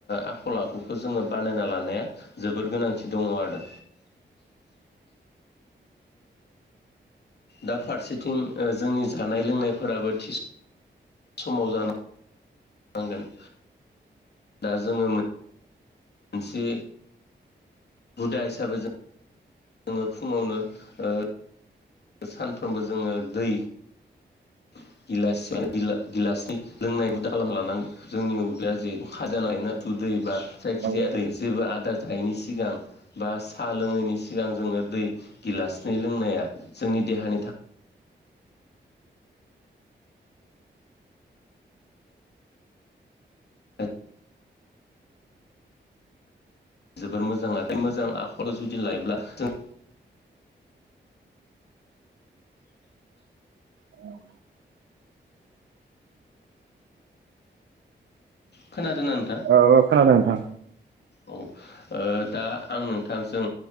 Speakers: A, on the left; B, on the right.
A: आखल आखुखौ जोङो बानाय नाय ला जोोबोर गोनांथि दङ आरो दा फारसेथिं जोंनि जानाय लोंनायफोराबो थि स समाव जानानांगोन दा जोङो मोनसे हुदा हिसाबै जों जोङो फुङावनो ओ । सानफ्रोमबो जोङो दै <inaudible> गिला गिलासनि लोंनायबो दालाम लानांगौ जोंनि उदैया जिहेथु खाजाानायोना उदैया दै बा। जायखिजाया
B: औ
A: जेबो आदार जायैनि सिगां बा साहा लोङैनि सिगां जोङो दै गिलासनै लोंनाया जोंनि देहानि थाखाय। थाखाय जोबोर मोजाङ आरोखि मोजां आखर जुदि लायोब्ला जों
B: औ।
A: खोनादोंना नोंथां?
B: औ अखोना दों मोनथां।
A: औ दा आं नोंथांजों